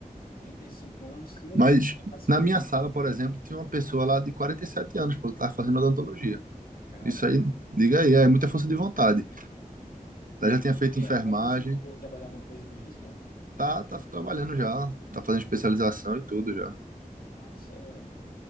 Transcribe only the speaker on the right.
Mas
na minha sala, por exemplo, tinha uma pessoa lá de 47 anos, pô, que estava fazendo odontologia.
Isso aí, diga aí, é muita força de vontade. Ela já tinha feito
enfermagem,
tá, tá trabalhando já, tá fazendo especialização e tudo já.